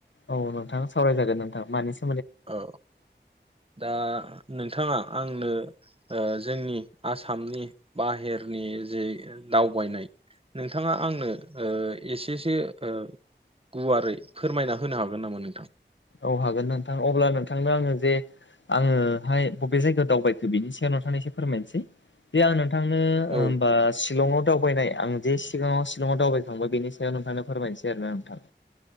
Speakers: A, on the left; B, on the right.
A: औ नोंथां सावरायजागोन नोंथां मानि सा
B: औ दा नोंथाङा आंनो ओ जोंनि आसामनि बाहेरनि जे दावबायनाय नोंथाङा आंनो ओ एसेसो ओ गुवारै फोरमायना होनो हागोन नामा नोंथां?
A: औ हागोन नोंथां अब्ला नोंथांनो आङो जे आङोहाय बबे जायगायाव दावबायखो बिनि सायाव नोथां एससे फोरमायनोसै। दे आं नोंथांनो होमबा
B: औ
A: शिलङआव दावबायनाय आं जे सिगाङाव शिलङआव दावबायखांबाय बेनि सायाव नोंथांनो फोरमायसै आरो ना नोंथां।